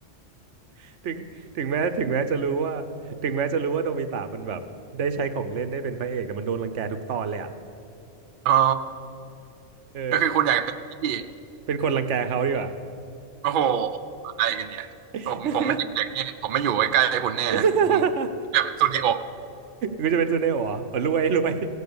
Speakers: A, on the right; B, on the right.
A: <laughs> ถึงถึงแม้ถึงแม้จะรู้ว่าถึงแม้จะรู้ว่าโนบิตะมันแบบได้ใช้ของเล่นได้เป็นพระเอกแต่มันโดนรังแกทุกตอนเลยอะ
B: อ๋อ
A: เออ
B: ก็คือคุณอยากจะเป็นพี่
A: เป็นคนรังแกเขาดีกว่า
B: โอ้โหอะไรกันเนี่ยผมผมเป็นเด็กๆนี่ผมไม่อยู่ใกล้ๆคุณแน่ผม
A: <laughs> <laughs>
B: แบากเปนซูนิโอะ
A: คุณจะเป็นซูเนโอะเหรออ๋อรวยรวย